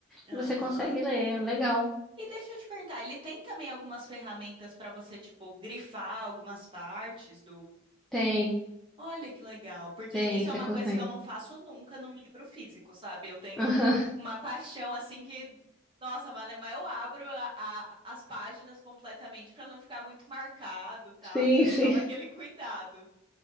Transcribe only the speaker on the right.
Aham.
E deixa eu te perguntar, ele tem também algumas ferramentas para você, tipo, grifar algumas partes
Olha que legal, porque
isso
é uma
coisa que eu não
faço nunca num livro físico, sabe? Eu tenho
uma paixão assim que, nossa, Malemar, eu abro a- a- as páginas completamente para não ficar muito marcado, tal.
Então eu
tomo aquele cuidado.